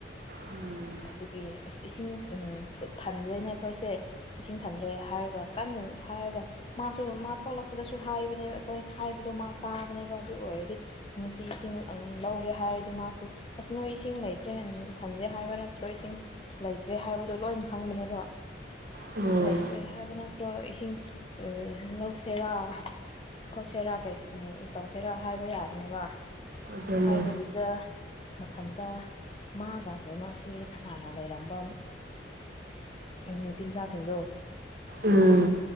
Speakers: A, on the right; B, on the left.
A: ꯎꯝ
B: ꯑꯗꯨꯒꯤ ꯑꯁ ꯏꯁꯤꯡ ꯊꯟꯗ꯭ꯔꯦꯅꯦ ꯑꯩꯈꯣꯏꯁꯦ ꯏꯁꯤꯡ ꯊꯟꯗ꯭ꯔꯦ ꯍꯥꯏꯔꯒ ꯀꯟꯅ ꯍꯥꯏꯔꯒ ꯃꯥꯁꯨ ꯃꯥ ꯊꯣꯛꯂꯛꯄꯗꯁꯨ ꯍꯥꯏꯕꯅꯦꯕ ꯑꯩꯈꯣꯏ ꯍꯥꯏꯕꯗꯣ ꯃꯥ ꯇꯥꯕꯅꯦꯕ ꯑꯗꯨ ꯑꯣꯏꯔꯗꯤ ꯉꯁꯤ ꯏꯁꯤꯡ ꯂꯧꯒꯦ ꯍꯥꯏꯔꯗꯤ ꯃꯥꯁꯨ ꯑꯁ ꯅꯣꯏ ꯏꯁꯤꯡ ꯂꯩꯇ꯭ꯔꯦ ꯊꯟꯖꯩ ꯍꯥꯏꯕ ꯅꯠꯇ꯭ꯔꯣ ꯏꯁꯤꯡ ꯂꯩꯇ꯭ꯔꯦ ꯍꯥꯏ ꯍꯥꯏꯕꯗꯣ ꯂꯣꯏꯅ ꯈꯪꯉꯅꯦꯕ
A: ꯎꯝ
B: ꯂꯩꯇꯦ ꯍꯥꯏꯕ ꯅꯠꯇ꯭ꯔꯣ ꯏꯁꯤꯡ ꯂꯧꯁꯤꯦꯔꯥ ꯈꯣꯠꯁꯦꯔꯥ ꯇꯧꯁꯦꯔꯥ ꯍꯥꯏꯕ ꯌꯥꯕꯅꯦꯕ
A: ꯑꯗꯨꯅꯦ
B: ꯍꯥꯏꯗꯕꯤꯗ ꯃꯊꯟꯇ ꯃꯥꯒ ꯀꯩꯅꯣꯁꯤ ꯍꯥꯟꯅ ꯂꯩꯔꯝꯕ ꯎ ꯎꯝ ꯅꯨꯄꯤ ꯃꯆꯥꯁꯤꯡꯗꯣ
A: ꯎꯝ